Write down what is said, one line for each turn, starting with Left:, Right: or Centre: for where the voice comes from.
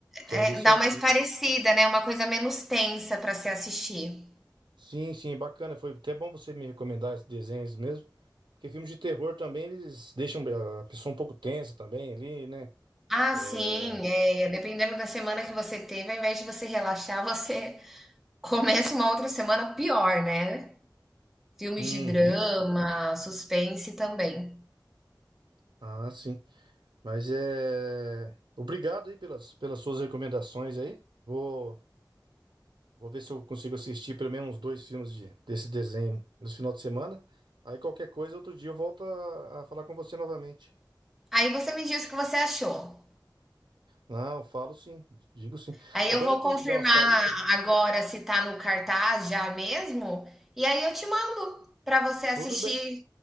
Right: quero
Centre: É,
Right: ver se
Centre: dá
Right: eu
Centre: uma
Right: assisto.
Centre: esparecida, né, uma coisa menos tensa para se assistir.
Right: Sim, sim, bacana. Foi até bom você me recomendar esses desenhos mesmo. Porque filmes de terror também, eles deixam a pessoa um pouco tensa também ali, né?
Centre: Ah,
Right: É...
Centre: sim, é, é, dependendo da semana que você teve, ao invés de você relaxar, você <laughs> começa uma outra semana pior, né? Filmes
Right: Uhum.
Centre: de drama, suspense também.
Right: Ah, sim. Mas é... Obrigado aí pelas, pelas suas recomendações aí. Vou, vou ver se eu consigo assistir pelo menos uns dois filmes de, desse desenho no final de semana. Aí qualquer coisa, outro dia eu volto a, a falar com você novamente.
Centre: Aí você me diz o que você achou.
Right: Não, eu falo sim, digo sim.
Centre: Aí
Right: Agora
Centre: eu vou
Right: eu tenho
Centre: confirmar
Right: que dar uma saída.
Centre: agora se tá no cartaz já mesmo, e aí eu te mando para você assistir,
Right: Tudo bem,